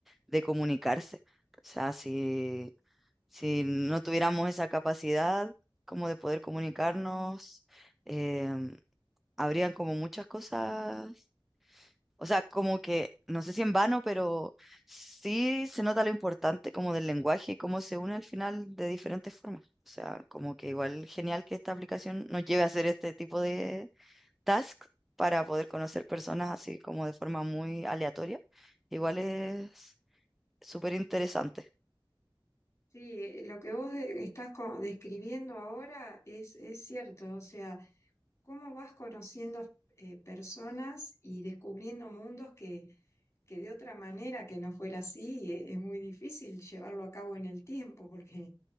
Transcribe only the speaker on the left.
Sí, eh, lo que vos de- estás co- describiendo ahora es, es cierto, o sea, cómo vas conociendo eh, personas y descubriendo mundos que, que de otra manera que no fuera así, eh, es muy difícil llevarlo a cabo en el tiempo, porque